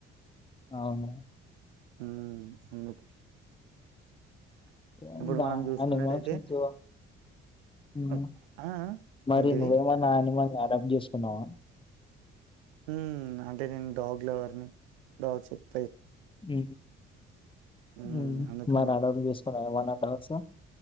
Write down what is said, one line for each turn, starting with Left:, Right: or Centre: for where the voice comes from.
Left: అవునా
Right: ఉమ్ అందుకు
Left: ఏం
Right: ఇప్పుడు
Left: దా
Right: మనం చూసుకున్నట్టయితే
Left: అనిమల్స్ నుంచి హ్మ్
Right: ఆ ఆ
Left: మరి
Right: ఏంటిది
Left: నువ్వేమన్నా అనిమల్ వా పబ్ చేసుకున్నావా
Right: హ్మ్ అంటే నేను డాగ్ లవర్ ని డాగ్ ఎ
Left: హ్
Right: ఉమ్
Left: హ్
Right: అందుకని
Left: నా డబ్బూలు చేసుకున్నా <unintelligible> <unintelligible>